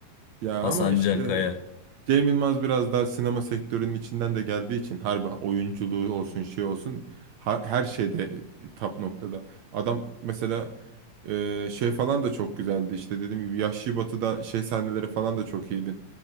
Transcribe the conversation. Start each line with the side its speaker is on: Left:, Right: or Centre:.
Right: Ya
Left: Hasan
Right: ama işte
Left: Can Kaya.
Right: Cem Yılmaz biraz daha sinema sektörünün içinden de geldiği için harbi oyunculuğu olsun şey olsun ha- her şeyde top noktada. Adam mesela e, şey falan da çok güzeldi işte dediğim gibi Yahşi Batı'da şey sahneleri falan da çok iyiydi.